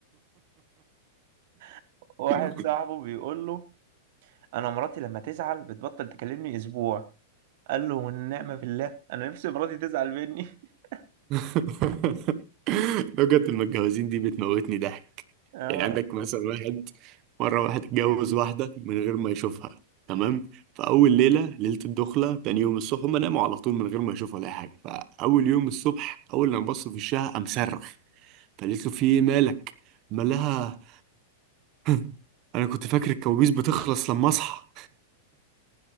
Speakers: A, on the right; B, on the right.
A: <laughs> واحد
B: <laughs>
A: صاحبه بيقول له انا مراتي لما تزعل بتبطل تكلمني اسبوع قال له والنعمه بالله <laughs> انا نفسي مراتي تزعل مني <laughs>
B: <laughs> لغة المتجوزين دي بتموتني ضحك
A: اه
B: يعني عندك مثلا واحد مرة واحد اتجوز واحدة من غير ما يشوفها تمام فأول ليلة ليلة الدخلة تاني يوم الصبح هما ناموا على طول من غير ما يشوفوا ولا أي حاجة فأول يوم الصبح أول لما بص في وشها قام صرخ فقالت له في إيه مالك؟ قال لها <laughs> أنا كنت فاكر الكوابيس بتخلص لما أصحى